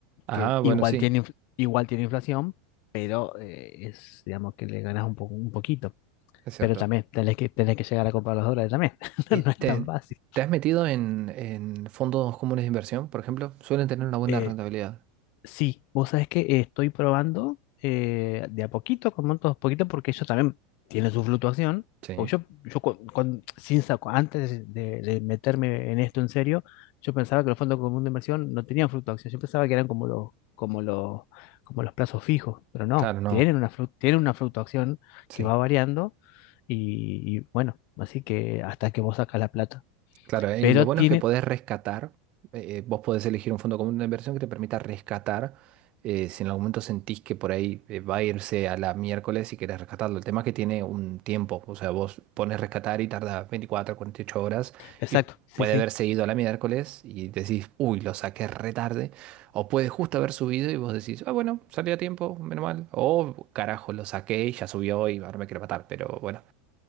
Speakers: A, on the right; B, on the left.
A: ah,
B: que
A: bueno,
B: igual
A: sí,
B: tiene, inf- igual tiene inflación, pero eh, es, digamos que le ganas un poco, un poquito.
A: es cierto.
B: Pero también tenés que, tenés que llegar a comprar los dólares también. <laughs>
A: Eh,
B: No es
A: ¿Te,
B: tan fácil.
A: te has metido en, en fondos comunes de inversión, por ejemplo? Suelen tener una buena
B: Eh,
A: rentabilidad.
B: Sí, vos sabés que eh, estoy probando eh, de a poquito, con montos poquito, porque ellos también tienen su fluctuación.
A: Sí,
B: Porque yo, yo con, con- sin saco, antes de, de meterme en esto en serio, yo pensaba que los fondos comunes de inversión no tenían fluctuación. Yo pensaba que eran como los, como los, como los plazos fijos, pero no,
A: claro, no.
B: tienen una, flu- tienen una fluctuación
A: Sí.
B: que va variando y, y bueno, así que hasta que vos sacas la plata.
A: Claro, y
B: Pero
A: lo bueno
B: tiene,
A: es que podés rescatar, eh, vos podés elegir un fondo común de inversión que te permita rescatar, eh, si en algún momento sentís que por ahí eh, va a irse a la miércoles y querés rescatarlo. El tema es que tiene un tiempo, o sea, vos pones rescatar y tarda 24, 48 horas
B: exacto,
A: y
B: sí,
A: puede
B: sí.
A: haberse ido a la miércoles y decís, uy, lo saqué re tarde, o puede justo haber subido y vos decís, ah, bueno, salió a tiempo, menos mal, o carajo, lo saqué y ya subió y ahora me quiero matar, pero bueno,